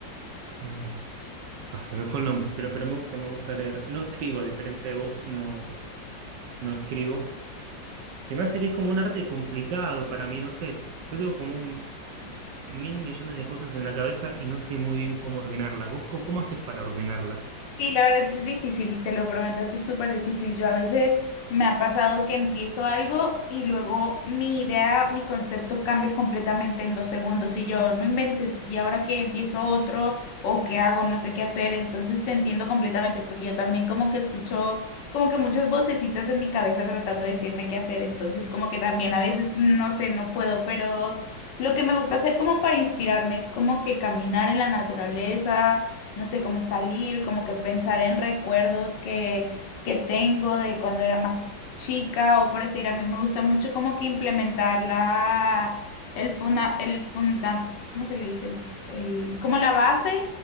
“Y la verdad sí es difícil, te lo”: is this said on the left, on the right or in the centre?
Left